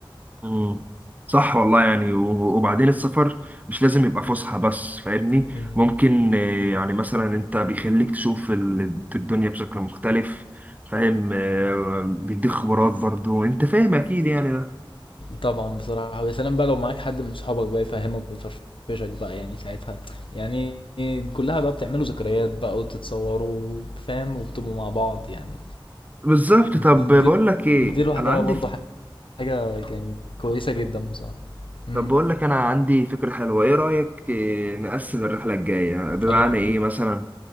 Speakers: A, on the right; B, on the left.
A: مم. صح والله يعني و- وبعدين السفر مش لازم يبقى فسحة بس فاهمني
B: مم.
A: ممكن آه، يعني مثلا انت بيخليك تشوف ال- الدنيا بشكل مختلف فاهم آه، بيديك خبرات برضو انت فاهم اكيد يعني ده
B: طبعا بصراحة ويا سلام بقى لو معاك حد من صحابك بقى يفهمك ويفرفشك بقى يعني ساعتها يعني كلها بقى بتعملوا ذكريات بقى وتتصوروا فاهم وبتبقوا مع بعض يعني
A: بالظبط طب
B: دي دي
A: بقول لك ايه
B: دي لوحدها
A: انا عندي
B: برضه حاجة يعني كويسة جدا بصراحة امم
A: طب بقول لك انا عندي فكرة حلوة ايه رأيك آه، نقسم الرحلة الجاية بمعنى
B: الو
A: ايه مثلا